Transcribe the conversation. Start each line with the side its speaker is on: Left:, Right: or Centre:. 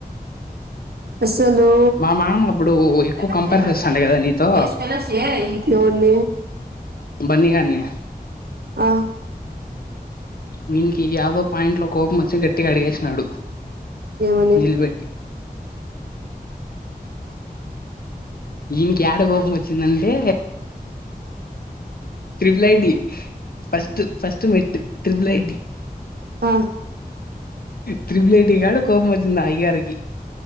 Right: అసలు
Left: మా మామ అప్పుడు ఎక్కువ
Right: ను
Left: కంపేర్ చేస్తాండే కదా నీతో
Right: నేన్
Left: బన్ని గాన్ని
Right: ఆ
Left: వీన్కి ఈయాగవ్ పాయింట్ లో కోపం వచ్చి గట్టిగా అడిగేసినాడు
Right: ఏమని
Left: నిలబెట్టి ఈనికి ఏడ కోపం వచ్చిందంటీ ట్రిబుల్ ఐటీ ఫస్ ఫస్ మట్ త్రిరుపులటి
Right: ఆ
Left: ట్రిపుల్ ఐటీ కాడ కోపం వచ్చింది అయగారికి